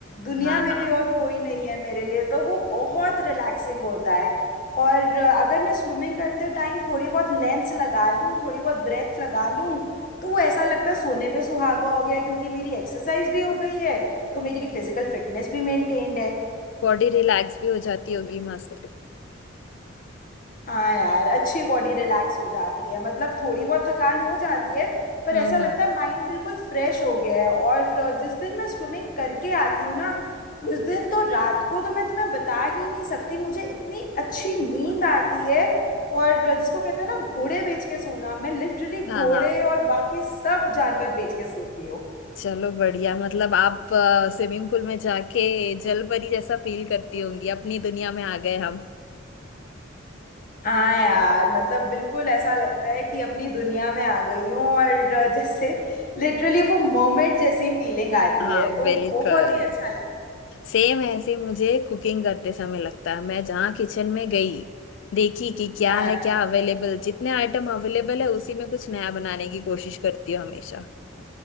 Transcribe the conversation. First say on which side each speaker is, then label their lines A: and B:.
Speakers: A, on the left (about 45°); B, on the left (about 65°).
A: दुनिया
B: हाँ
A: में
B: हाँ
A: भी और कोई नहीं है मेरे लिए तो वो बहुत रिलैक्सिंग होता है और अ, अगर मैं स्विमिंग करते टाइम थोड़ी बहुत लेंस लगा लूँ थोड़ी बहुत ब्रेथ लगा लूँ तो वो ऐसा लगता है सोने पे सुहागा हो गया क्योंकि मेरी एक्सरसाइज भी हो गई है तो मेरी फिजिकल फिटनेस भी मेंटेन्ड है
B: बॉडी रिलैक्स भी हो जाती होगी मस्त
A: हाँ यार अच्छी बॉडी रिलैक्स हो जाती है मतलब थोड़ी बहुत थकान हो जाती है पर
B: हम्म
A: ऐसा लगता है माइंड बिल्कुल फ्रेश हो गया है और जिस दिन मैं स्विमिंग करके आती हूँ ना उस दिन तो रात को तो मैं तुम्हें बता ही नहीं सकती मुझे इतनी अच्छी
B: हम्म
A: नींद आती है और जिसको कहते हैं ना घोड़े बेच के सोना मैं लिटरली
B: हाँ
A: घोड़े
B: हाँ
A: और बाकी सब जानवर बेच के सोती हूँ
B: चलो बढ़िया मतलब आप स्विमिंग पूल में जाके जलपरी जैसा फील करती होंगी अपनी दुनिया में आ गए हम
A: हाँ यार मतलब बिल्कुल ऐसा लगता है कि अपनी दुनिया में आ गई हूँ और जैसे लिटरली वो मोमेंट जैसी फीलिंग आती
B: हाँ
A: है तो
B: बिल्कुल
A: बहुत ही अच्छा लगता
B: सेम ऐसे मुझे कुकिंग करते समय लगता है मैं जहाँ किचन में गई देखी कि क्या
A: है
B: है क्या अवेलेबल जितने आइटम अवेलेबल है उसी में कुछ नया बनाने की कोशिश करती हूँ हमेशा